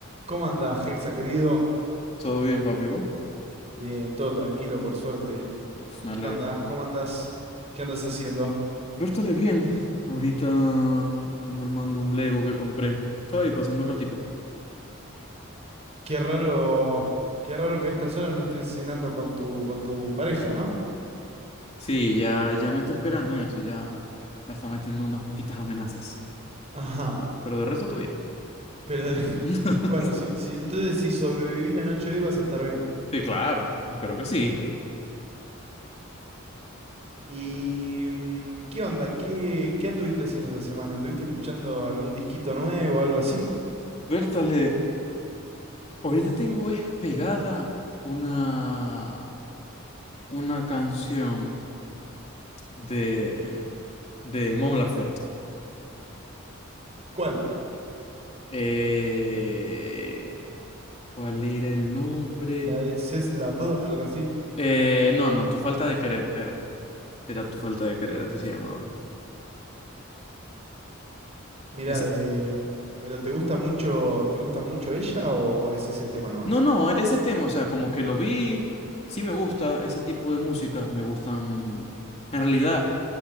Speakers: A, on the right; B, on the left.
A: ¿Cómo andás, Hexa, querido?
B: Todo bien, papi, ¿vos?
A: Bien, todo tranquilo, por suerte.
B: Uf, Me
A: ¿Qué
B: alegro.
A: onda? ¿Cómo andás? ¿Qué andas haciendo?
B: Vértale bien. Ahorita ando armando un Lego que compré. Estaba ahí pasando el ratico.
A: Qué raro, qué raro que a estas horas no estés cenando con tu, con tu pareja, ¿no?
B: Sí, ya, ya me está esperando en eso, ya me está metiendo unas poquitas amenazas.
A: Ajá.
B: Pero de resto todo bien.
A: Pero de- <laughs>
B: <laughs>
A: bueno, si, si- entonces si sobrevivís la noche de hoy vas a estar bien.
B: Sí, claro, espero que sí.
A: ¿Y mm, qué onda? ¿Qué, qué anduviste haciendo esta semana? ¿Anduviste escuchando algún disquito nuevo o algo así?
B: Vértale, ahorita tengo es pegada una, una canción de, de Mon Laferte.
A: ¿Cuál?
B: Eh, ¿cuál era el nombre?
A: ¿La de C'est la vie, algo así?
B: Eh, no, no, tu falta de querer era. Era tu falta de querer, así se llamaba.
A: Mira,
B: Esa...
A: de... ¿Pero te gusta mucho, te gusta mucho ella o, o es ese tema nomás?
B: No, no, ese tema, o sea, como que lo vi, sí me gusta, ese tipo de músicas me gustan. En realidad,